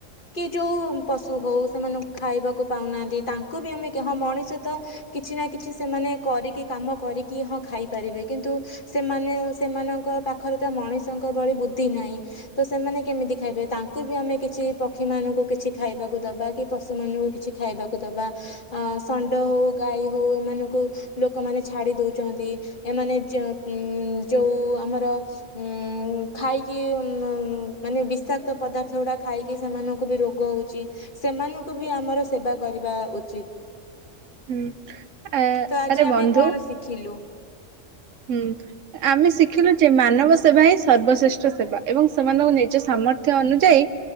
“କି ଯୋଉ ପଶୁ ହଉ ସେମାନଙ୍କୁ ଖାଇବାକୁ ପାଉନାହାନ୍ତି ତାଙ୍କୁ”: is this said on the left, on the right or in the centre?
Left